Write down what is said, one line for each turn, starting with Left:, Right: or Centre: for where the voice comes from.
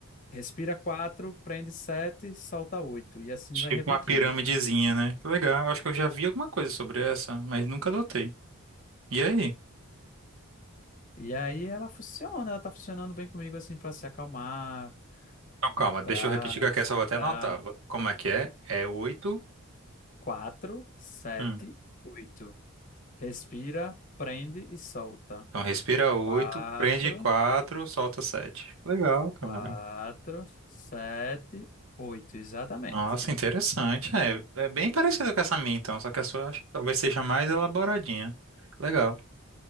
Left: Respira 4, prende 7, solta oito E assim
Right: Tipo
Left: vai repetindo.
Right: uma piramidezinha, né? Que legal. Acho que eu já vi alguma coisa sobre essa, mas nunca adotei. E aí?
Left: E aí ela funciona, ela tá funcionando bem comigo assim para se acalmar,
Right: Então, calma,
Left: para
Right: deixa eu repetir que aqui
Left: centrar.
Right: essa eu vou até anotar. Va- Como é que é? É oito.
Left: 4, sete,
Right: Hum.
Left: 8. Respira, prende e solta.
Right: Então, respira oito,
Left: Quatro,
Right: prende quatro, solta sete. Legal, cara.
Left: quatro, sete, oito, exatamente.
Right: Nossa, interessante. É, é bem parecido com essa minha, então, só que a sua eu acho que talvez seja mais elaboradinha. Legal,